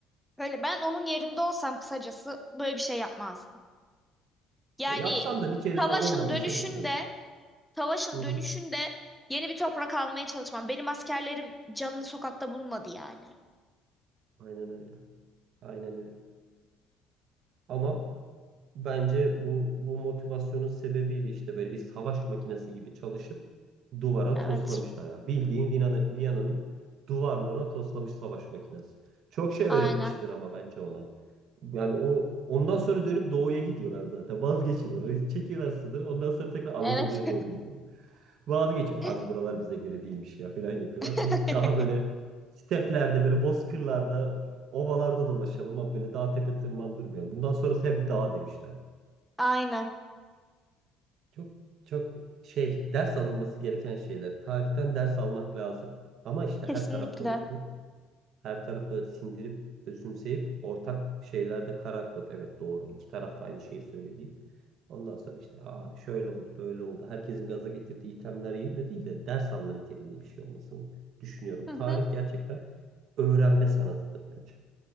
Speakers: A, in the centre; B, on the right.
A: Öyle. ben onun yerinde olsam kısacası böyle bir şey yapmazdım. Yani
B: E, Yapsan da bir kere
A: savaşın
B: de olmadıysa
A: dönüşünde,
B: geri dön.
A: savaşın
B: Hı hı.
A: dönüşünde yeni bir toprak almaya çalışmam. Benim askerlerim canını sokakta bulmadı yani.
B: Aynen öyle. Aynen öyle. Ama bence bu bu motivasyonun sebebiyle işte böyle bir savaş makinesi gibi çalışıp duvara
A: Evet.
B: toslamışlar ya. Bildiğin Viyana- Viyana'nın duvarlarına toslamış savaş makinesi. Çok şey öğretmiştir
A: Aynen.
B: ama bence ona. Yani o ondan sonra dönüp doğuya gidiyorlar zaten. Vazgeçiyorlar. Çekiyorlar sınırı. Ondan sonra tekrar Anadolu'ya
A: Evet.
B: doğru gidiyor. Vazgeçiyor.
A: <laughs>
B: Abi buralar bize göre değilmiş ya falan yapıyorlar.
A: <laughs>
B: Biz daha böyle steplerde, böyle bozkırlarda, ovalarda dolaşalım ama böyle dağ tepe tırmandırmayalım. Bundan sonrası hep dağ demişler.
A: Aynen.
B: Çok çok şey ders alınması gereken şeyler. Tarihten ders almak lazım. Ama işte
A: Kesinlikle.
B: her taraftan okuyup her tarafı sindirip özümseyip ortak şeylerde karar kılıp evet doğru iki taraf da aynı şeyi söylediğim Ondan sonra işte Aa, şöyle oldu böyle oldu. Herkesin gaza getirdiği itemler yerine değil de ders alma niteliğinde bir şey olmasını düşünüyorum.
A: Hı
B: Tarih
A: hı.
B: gerçekten öğrenme sanatıdır bence.